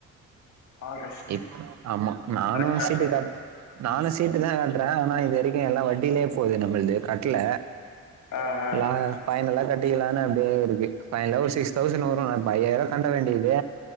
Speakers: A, on the left (about 70°); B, on the right (about 65°).
A: ஆகஸ்ட்
B: இப்ப ஆமா நானு
A: கரெக்டான
B: சீட்டு
A: டைம்
B: கட் நானு சீட்டு தா கட்றே ஆனா இது வரைக்கு எல்லா வட்டியிலயே போது நம்மளது கட்ல
A: ஆ ஆ
B: லா ஃபைனலா கட்டிக்கலான்னு அப்டியே இருக்கு ஃபைனலா ஒரு சிக்ஸ் தௌஸண்ட் வரு அப்ப ஐயாயிரோ கட்ட வேண்டியது